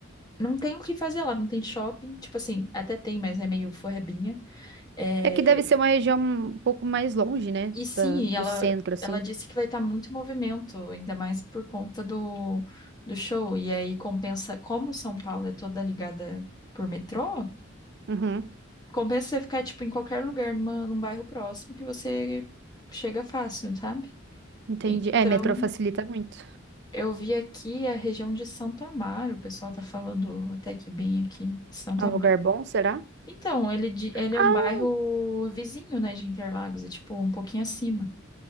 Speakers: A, on the left; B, on the right.
A: Não tem o que fazer lá, não tem shopping. Tipo assim, até tem, mas é meio forrebinha. É,
B: É que deve ser uma região um pouco mais longe, né?
A: e sim,
B: Da,
A: ela,
B: do centro, assim.
A: ela disse que vai estar muito movimento, ainda mais por conta do, do show. E aí compensa, como São Paulo é toda ligada por metrô,
B: Uhum.
A: compensa você ficar tipo em qualquer lugar, numa, num bairro próximo que você chega fácil, sabe?
B: Entendi.
A: Então,
B: É, metrô facilita muito.
A: eu vi aqui a região de Santo Amaro, o pessoal tá falando até que bem aqui, Santo
B: É
A: Amaro.
B: um lugar bom, será?
A: Então, ele, di- ele é
B: Ah,
A: um bairro vizinho, né, de Interlagos, é tipo um pouquinho acima.